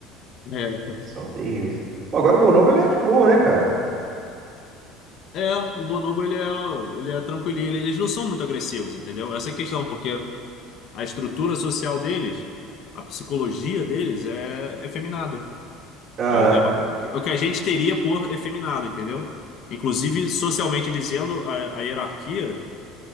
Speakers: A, on the left (about 55°); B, on the right (about 40°).
A: É,
B: Eles são terríveis. Pô, agora o Bonobo, ele é de boa, né, cara?
A: é, o bonobo ele é, ele é tranquilinho, ele- eles não são muito agressivos, entendeu? Essa é a questão, porque a estrutura social deles, a psicologia deles é efeminada.
B: Ah,
A: É, é ma- é o que a gente teria por efeminado, entendeu? Inclusive, socialmente dizendo, a, a hierarquia